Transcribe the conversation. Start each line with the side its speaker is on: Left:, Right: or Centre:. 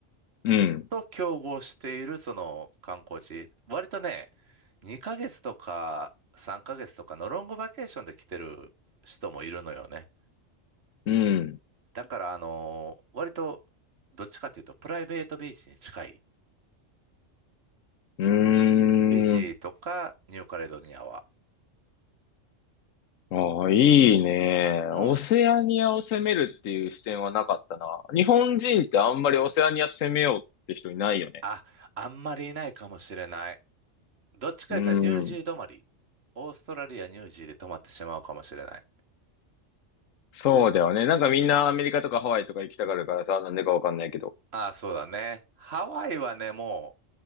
Left: うん、
Right: と競合しているその観光地、割とね、2ヶ月とか3ヶ月とかのロングバケーションで来てる人もいるのよね。
Left: うん、
Right: だからあのー割とどっちかというとプライベートビーチに近い。
Left: うーん。
Right: フィジーとかニューカレドニアは。
Left: ああ、いいね。
Right: うん。
Left: オセアニアを攻めるっていう視点はなかったな。日本人ってあんまりオセアニア攻めようって人いないよね。
Right: あ、あんまりいないかもしれない。どっちか言ったらニュージー止まり。
Left: うん。
Right: オーストラリア、ニュージーで止まってしまうかもしれない。
Left: そうだよね。なんかみんなアメリカとかハワイとか行きたがるからさ、なんでかわかんないけど。
Right: ああ、そうだね。ハワイはね、も